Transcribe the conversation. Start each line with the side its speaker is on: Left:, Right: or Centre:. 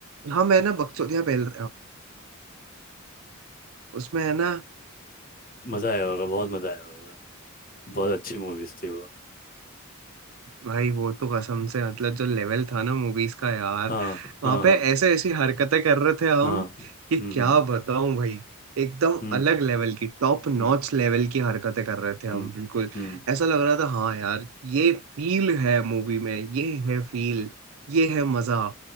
Right: हम है ना बकचोदिया पहल उसमें है ना
Left: मजा आया होगा बहुत मजा आया होगा बहुत अच्छी मूवीज थी वो
Right: भाई वो तो कसम से मतलब जो लेवल था ना मूवीज का यार
Left: हाँ हाँ
Right: वहां पे
Left: हाँ
Right: ऐसे ऐसी हरकतें कर रहे थे हम
Left: हाँ
Right: कि
Left: हम्म
Right: क्या बताऊं भाई एकदम
Left: हम्म
Right: अलग लेवल की टॉप नॉच
Left: हम्म
Right: लेवल की हरकतें कर रहे थे
Left: हम्म
Right: हम बिल्कुल
Left: हम्म
Right: ऐसा लग रहा था हाँ यार ये फील है मूवी में ये है फील ये है मजा